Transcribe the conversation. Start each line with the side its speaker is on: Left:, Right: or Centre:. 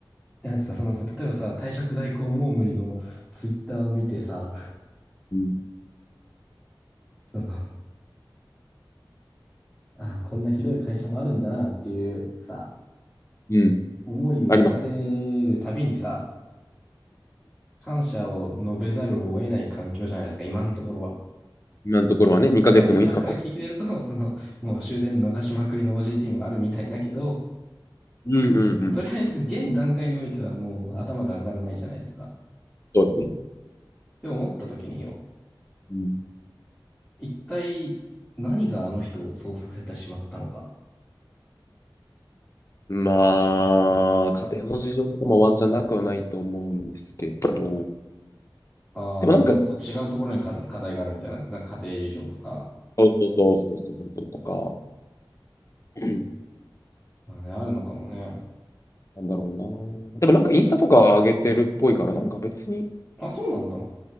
Centre: だからさ、そのさ、例えばさ、退職代行もう無理のツイッターを見てさ、
Left: うん。
Centre: その、ああ、こんなひどい会社もあるんだなっていうさ、
Left: うん。
Centre: 思いを馳せるたびにさ、
Left: あります。
Centre: 感謝を述べざるを得ない環境じゃないですか、今のところは。
Left: 今のところはね、2ヶ月もいいですか
Centre: まあ先輩から聞いてると、<laughs> その、もう終電逃しまくりの OJT もあるみたいだけど、
Left: うんうんうん。
Centre: とりあえず現段階においてはもう頭が上がらないじゃないですか。っ
Left: そうですね。
Centre: て思った時によ、
Left: うん
Centre: 一体何があの人をそうさせてしまったのか。
Left: まあ、家庭の事情とかもワンチャンなくはないと思うんですけど、
Centre: ああ、
Left: でもなんか、
Centre: もっと違うところにか課題があるみたいな、なんか家庭事情とか、
Left: そうそうそうそうそうそうそうとか、うん
Centre: まあね、あるのかもね。
Left: なんだろうな。でもなんかインスタとか上げてるっぽいから、なんか別に、
Centre: あ、そうなんだ。